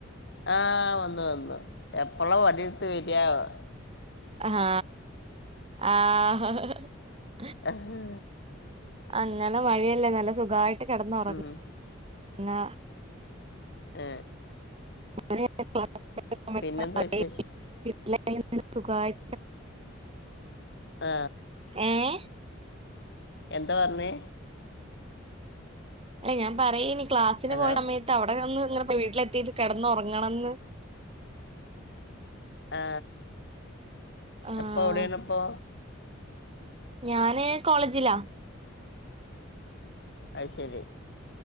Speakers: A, on the left (about 55°); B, on the right (about 30°).
A: ആ വന്നു വന്നു എപ്പള വടിട്ത്ത് വര്യാവോ.
B: ഹാ... ആഹ ഹ ഹ ഹ്.
A: അഹ്...
B: അങ്ങനെ മഴയല്ലേ നല്ല സുഖായിട്ട് കെടന്ന് ഉറങ്ങ
A: ഉം.
B: ങ്ങ
A: എ
B: <unintelligible>
A: പിന്നെന്താ വിശേഷം
B: സുഖായ്
A: ആ
B: ഏഹ്
A: എന്ത പർഞ്ഞേ
B: അല്ല ഞാമ്പറയേനി ക്ലാസ്സിന്
A: ഹലോ
B: പോയ സമയട്ടവിടെ വന്ന് ങ്ങണ. വീട്ടിലെത്തിട്ട് കിടന്നൊറങ്ങണന്ന്
A: ആ
B: ആഹ്
A: അപ്പൊ വ്ടേണ്പ്പൊ
B: ഞാന്.. കോളേജിലാ
A: അവ്‌സരി